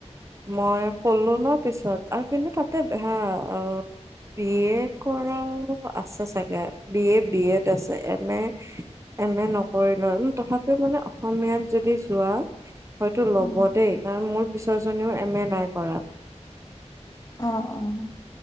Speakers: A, on the right (about 25°); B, on the left (about 30°).
A: মই কলো ন পিছত আৰু কিন্তু তাতে বেয়া অ' বি এ কৰাও আছে চাগে, বি এ বি এড আছে এ এম এ নকৰি লয়, তথাপিও মানে অসমীয়াত যদি যোৱা হয়তো ল'ব
B: উম
A: দেই কাৰণ মোৰ পিছৰ জনীও এম এ নাই কৰা।
B: অ', -অ'